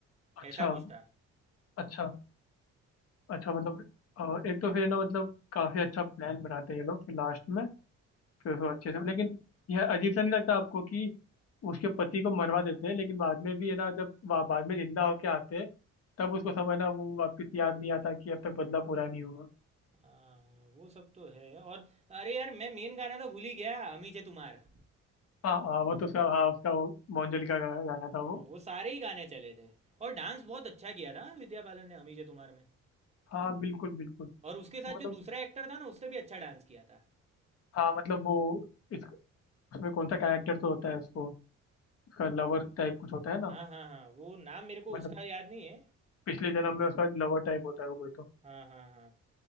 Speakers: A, on the left; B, on the right.
A: अच्छा
B: ऐसा कुछ था
A: अच्छा अच्छा मतलब अ, एक तो फिर ना मतलब काफी अच्छा प्लान बनाते हैं ये लोग फिर लास्ट में फिर उसको अच्छे से लेकिन यह अजीब सा नहीं लगता आपको कि उसके पति को मरवा देते हैं लेकिन बाद में भी है ना जब वा- बाद में जिंदा होके आते हैं तब उसको समझना वो वापस याद नहीं आता कि अब तक बदला पूरा नहीं हुआ
B: हाँ हाँ, वो सब तो है और अरे यार मैं मेन गाना तो भूल ही गया अमीजे तुम्हार
A: हाँ हाँ वो तो उसका हाँ उसका वो मोहनजोल का गा- गाना
B: हाँ,
A: था वो
B: वो सारे ही गाने चले थे और डांस बहुत अच्छा किया था विद्या बालन ने अमीजे तुम्हार में
A: हाँ बिल्कुल बिल्कुल
B: और उसके साथ
A: मतलब
B: जो दूसरा एक्टर था ना उसने भी अच्छा डांस किया था
A: हाँ मतलब वो इस उसमें कौन सा कैरेक्टर तो होता है उसको उसका लवर टाइप कुछ होता है ना
B: हाँ हाँ हाँ वो नाम मेरे को
A: मतलब
B: उसका याद नहीं है
A: पिछले जन्म में उसका लवर टाइप होता है वो कोई तो
B: हाँ हाँ हाँ